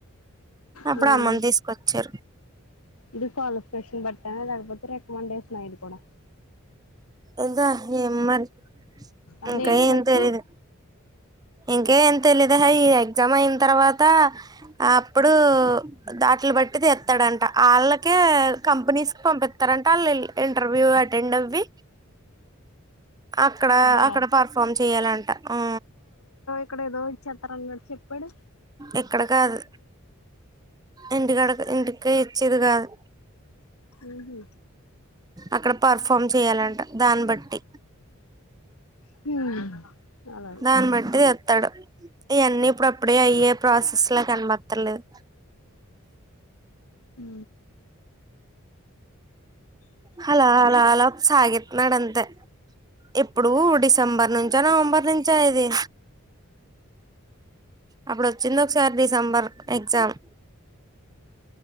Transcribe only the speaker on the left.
హ్మ్
ఇది క్వాలిఫికేషన్ బట్ట లేక్పోతే రిక్మండేషనా ఇది కూడా
అసలు
ఏంటి
వర్క్
అబ్బా
అక్కడ ఏదో చెత్తరంగాడు చెప్పాడూ
ఉహు
హు అలాగే
ఉ